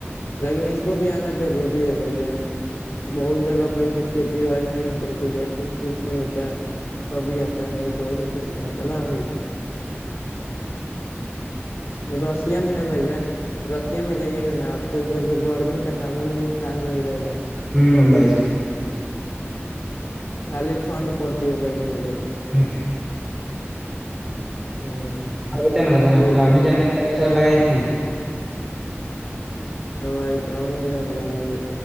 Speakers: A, on the left; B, in the centre.
A: لیکن اس کو بھی آنا ضروری ہے بھائی یہین بہت جگہ پہ ایے کھیتی باڑی نہیں چلتی ج کچھ کچھ نہیں ہوتا ہے تبھی آتا ہے نہیں تو ایسے تھوڑی نہ آتا نا بھائی جان رسیا میں ہے بھائی جان رشیا میں جائیے گا نا آپ تو ادھر پہ گرمی کا نامن انسان نہیں رہے گا
B: ہے ہوں
A: کبھی
B: بھائی جان
A: بھی خالی ٹھنڈ پڑتی ہے بھائی جن ادھر
B: ہوں
A: ہاں
B: ا ت ن بچن
A: تو
B: آپ کہ ج سر لگاائیک نہیں
A: ائی تو امیزان لگائی